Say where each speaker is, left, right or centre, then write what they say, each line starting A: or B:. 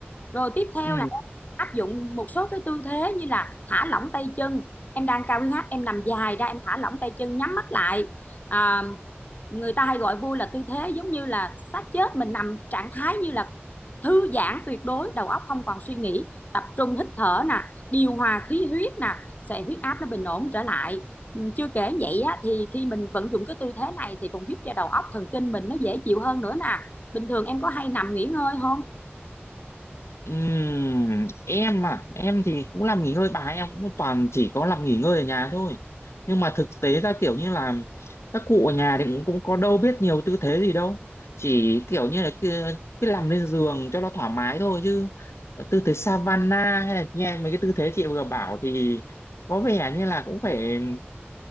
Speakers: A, on the left; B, on the left.
A: rồi tiếp theo
B: Ừ.
A: áp dụng một số cái tư thế như là thả lỏng tay chân em đang cao huyết áp em nằm dài ra em thả lỏng tay chân nhắm mắt lại à, người ta hay gọi vui là tư thế giống như là xác chết mình nằm trạng thái như là thư giãn tuyệt đối đầu óc không còn suy nghĩ tập trung hít thở nè điều hòa khí huyết nè sẽ huyết áp nó bình ổn trở lại Ừ, chưa kể vậy á, thì khi mình vận dụng cái tư thế này thì còn giúp cho đầu óc thần kinh mình nó dễ chịu hơn nữa nè bình thường em có hay nằm nghỉ ngơi không
B: Ừm, em à em thì cũng làm nghỉ ngơi bài em cũng toàn chỉ có làm nghỉ ngơi ở nhà thôi nhưng mà thực tế ra kiểu như là các cụ ở nhà thì cũng, cũng có đâu biết nhiều tư thế gì đâu chỉ kiểu như là cứ, cứ nằm lên giường cho nó thoải mái thôi chứ tư thế Savana hay là nghe mấy cái tư thế chị vừa bảo thì có vẻ như là cũng phải